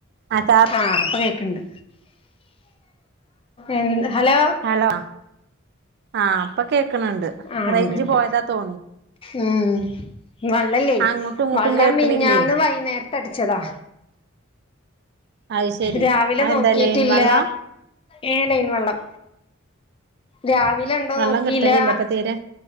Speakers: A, on the right; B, on the left.
A: ആ താത്
B: ആഹ് ഇപ്പ കേക്ക്ണ്ട് എന്ത ഹലോ
A: ഹലോ ആഹ് പ്പ കേക്ക്ണ് ണ്ട്,
B: ആഹ്
A: റൈഞ്ച്
B: ഇണ്ട് ഇണ്ട്
A: പോയതാ തോ
B: ഉം വള്ളല്ലേയ്
A: അങ്ങോട്ടും ഇങ്ങോട്ടും
B: വള്ളം
A: കേൾക്കണില്ലേ
B: മിഞ്ഞാന്ന് വൈന്നേരത്തടിച്ചതാ
A: അത് ശെരി
B: രാവിലെ
A: അത്
B: നോക്കിയിട്ടില്ല
A: എന്താ ലൈൻ വെള്ളാ
B: ഏഹ് ലൈൻ വള്ളം രാവിലെണ്ടോ
A: വെള്ളം
B: നോക്കില്ലാ
A: കിട്ടലില്ല ഇപ്പൊ തീരെ